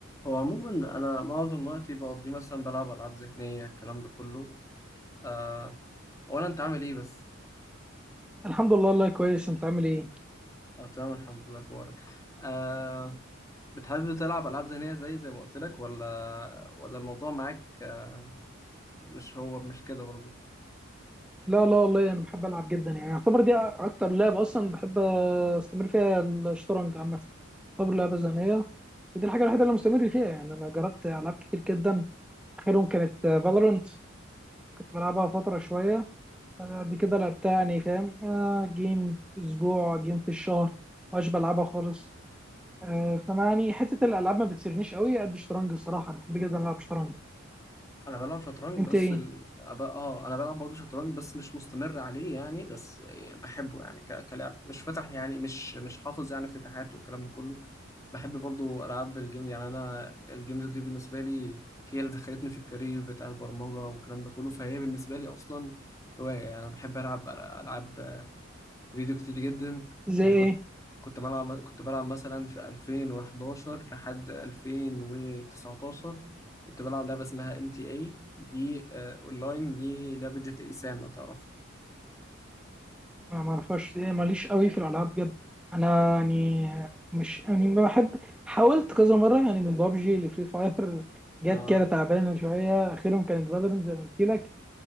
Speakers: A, on the left; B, in the centre.
A: هو عموما انا معظم وقتي بقضيه مثلا بلعب العاب ذهنيه الكلام ده كله آه ولا انت عامل ايه بس
B: الحمد لله والله كويس انت عامل ايه
A: اه تمام الحمد لله اخبارك آه بتحب تلعب العاب ذهنيه زي زي ما قلت لك ولا ولا الموضوع معاك آه، مش هو مش كده برضه
B: لا لا والله انا بحب العب جدا يعني اعتبر دي اكتر لعبه اصلا بحب استمر فيها الشطرنج عامه اعتبر لعبه ذهنيه ودي الحاجه الوحيده اللي مستمر فيها يعني انا جربت العاب كتير جدا اخرهم كانت فالورنت كنت بلعبها فتره شويه بعد كده لعبتها يعني فاهم آه، جيم في اسبوع جيم في الشهر مش بلعبها خالص آه، فما يعني حته الالعاب ما بتسرنيش قوي قد الشطرنج الصراحه انا بحب جدا العب شطرنج
A: انا بلعب شطرنج
B: انت
A: بس
B: ايه
A: ال... أب... اه انا بلعب برضه شطرنج بس مش مستمر عليه يعني بس بحبه يعني ك... كلاعب مش فتح يعني مش مش حافظ يعني افتتاحات والكلام ده كله بحب برضه العاب الجيم يعني انا الجيمز دي بالنسبه لي هي اللي دخلتني في الكارير بتاع البرمجه والكلام ده كله فهي بالنسبه لي اصلا هوايه يعني انا بحب العب العاب فيديو كتير جدا
B: زي
A: يعني كنت
B: ايه
A: كنت بلعب كنت بلعب مثلا في 2011 لحد 2019 كنت بلعب لعبة اسمها ام تي اي دي آه، اونلاين دي لعبة جي تي اي سان لو تعرف
B: انا ما اعرفهاش إيه، ماليش قوي في الالعاب بجد انا يعني مش يعني ما بحب حاولت كذا مره يعني من بابجي لفري فاير <laughs> جت
A: اه
B: كده تعبانه شويه اخرهم كانت فالورنت زي ما قلت لك